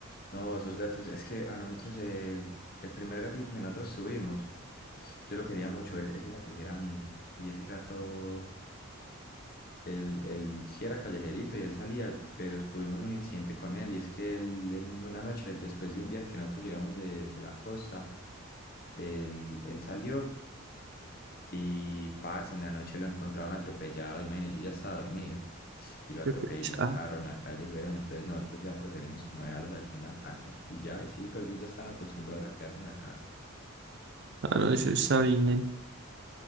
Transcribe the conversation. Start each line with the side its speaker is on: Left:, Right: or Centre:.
Left: No, esos gatos, es que a nosotros, eh, el primer gatito que nosotros subimos, yo lo quería mucho, e- ese gato sí era mío. Y ese gato Él, él sí era callejerito y él salía, pero tuvimos un incidente con él y es que él en una noche, después de un viaje que nosotros llegamos de, de la costa, él, él salió y parce, en la noche lo encontraron atropellado, imagínate, yo ya estaba dormido y lo atropelló
Right: Yo pe-
Left: un
Right: Ah,
Left: carro en la calle, weón, entonces nosotros ya preferimos como dejarlos aquí en la casa y ya, y sí, pero ellos ya están acostumbrados a quedarse en la casa.
Right: ah, no, eso está bien.